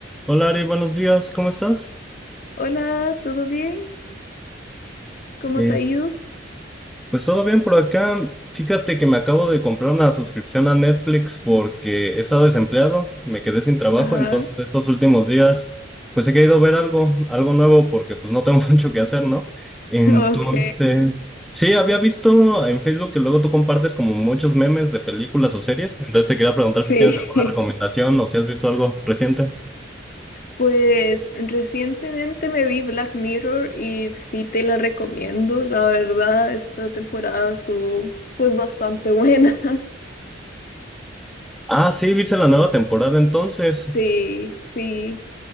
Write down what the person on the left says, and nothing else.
Hola, ¿todo bien? ¿Cómo
te ha ido?
Ajá,
<laughs> ok.
Sí.
<laughs>
Pues recientemente me vi Black Mirror y sí te la recomiendo. La verdad, esta temporada estuvo pues bastante buena. <laughs>
Sí, sí,